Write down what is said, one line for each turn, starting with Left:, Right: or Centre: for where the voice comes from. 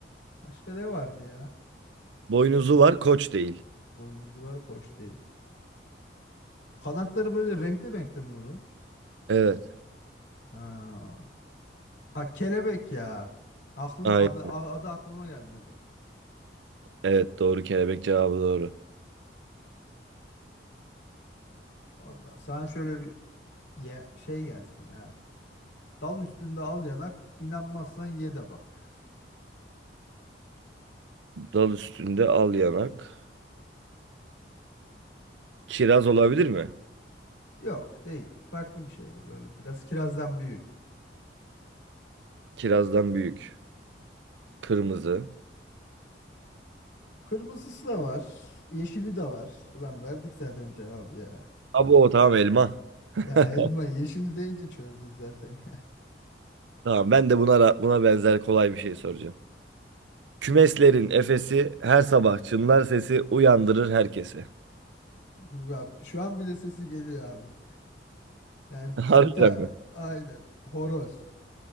Left: Başka ne vardı ya?
Right: Boynuzu var, koç değil.
Left: Boynuzu var, koş değil. Kanatları böyle renkli renkli mi bunun?
Right: Evet.
Left: Ha, ha kelebek ya. Aklım
Right: Aynen.
Left: adı, a- adı aklıma gelmedi.
Right: Evet, doğru. Kelebek cevabı doğru.
Left: Vallahi sana şöyle bir ye- şey gelsin ya. Dal üstünde al yanak, inanmazsan ye de bak.
Right: Dal üstünde al yanak. Kiraz olabilir mi?
Left: Yok değil. Farklı bir şey bu böyle. Biraz kirazdan büyük.
Right: Kirazdan büyük. Kırmızı.
Left: Kırmızısı da var. Yeşili de var. Ulan verdik zaten cevabı ya.
Right: Abo tamam elma. <laughs>
Left: Ya elma yeşil deyince çözdü zaten ya.
Right: Tamam ben de buna ra- buna benzer kolay bir şey soracağım. Kümeslerin efesi her sabah çınlar sesi uyandırır herkese.
Left: <laughs> Bak şu an bile sesi geliyor abi. Yani
Right: <laughs> Harbiden
Left: bir ta
Right: mi?
Left: aynen horoz.